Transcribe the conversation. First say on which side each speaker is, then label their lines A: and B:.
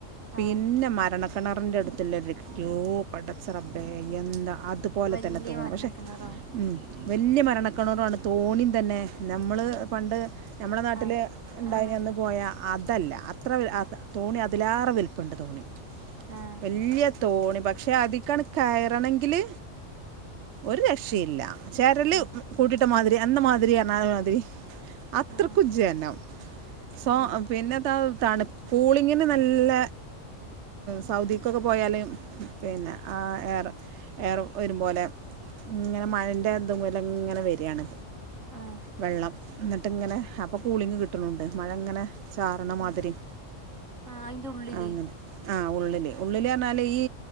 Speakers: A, on the right; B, on the right.
A: ആ
B: പിന്നെ മരണക്കെണറിന്റെ അട്തല്ലോ യ്യോ പടച്ചറബ്ബേ എന്താ അതുപോലെ
A: വലിയ
B: തന്നെ തോന്നും
A: മരണക്കിണറാവും
B: പക്ഷെ മ് വല്ല്യ മരണക്കിണറുആണ് തൊണീം തന്നെ നമ്മള് പണ്ട് നമ്മളെ നാട്ടില്
A: ആ
B: ഉണ്ടായിന്
A: ആ
B: അന്ന് പോയ അതല്ല അത്ര വ തോണി അതിലാറെ വൽപ്പണ്ട് തോണി
A: ആ
B: വല്യ തോണി പക്ഷെ അതീക്കണ് കയറണങ്കില് ഒര് രക്ഷയില്ല ചെരൽ
A: ആ
B: കൂടി ഇന്ത മാതിരി അന്ന മാതിരി എന്ന മാതിരി അത്രക്കും
A: ആ
B: ജനോം സോ
A: ആ
B: പിന്നെതാ തണു കൂളിങ്ങിന് നല്ല സൗദിക്കൊക്കെ പോയാല് പിന്നെ ആഹ് എയർ എയർ വരും പോലെ ഇങ്ങനെ മഴൻ്റെ എന്ത്‌ പോലെ ഇങ്ങനെ വരാണ്
A: ആ
B: വെള്ളം ന്നിട്ട്ങ്ങനെ അപ്പൊ കൂളിങ് കിട്ടണുണ്ട് മഴങ്ങനെ ചാർണമാതിരി
A: ആ ആ അതിൻ്റെ ഉള്ളിൽ
B: അങ്ങനെ ആഹ് ഉള്ളില് ഉള്ളിലറഞ്ഞാല് ഈ